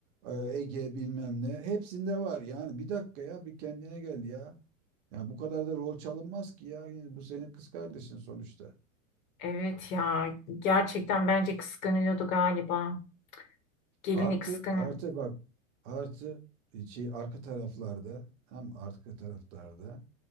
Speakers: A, on the right; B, on the left.
A: e, Ege bilmem ne. Hepsinde var yani. Bir dakika ya bir kendine gel ya. Ya bu kadar da rol çalınmaz ki ya. Yani bu senin kız kardeşin sonuçta.
B: Evet ya gerçekten bence kıskanıyordu galiba. Gelini
A: Artı
B: kıskanıyor.
A: artı bak artı e, şey arka taraflarda tam arka taraflarda